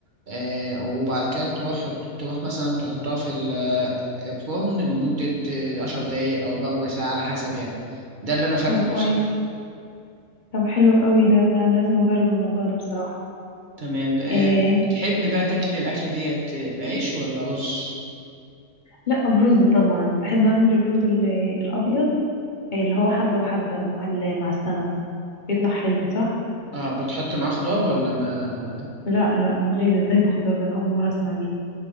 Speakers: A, on the right; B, on the left.
A: آه، وبعد كده تروح تروح مثلا تحطها في ال- الفرن لمدة آه، عشر دقايق أو بربع ساعة على حسب يعني ده اللي أنا فاكره
B: طب كويس
A: بصراحة
B: طب حلو قوي ده لا انا لازم اجرب الموضوع ده بصراحة
A: تمام آه،
B: إيه
A: بتحب بقى تاكل الأكلة ديت بعيش ولا رز؟
B: لا برز طبعا بحب اعمل الرز ال- الابيض اللي هو حبة وحبة مع ال- مع السمك بيطلع حلو صح
A: اه بتحط معاه خضار ولا ما
B: لا لا من غير ازاي بخضار ده انا اول مرة اسمع بيه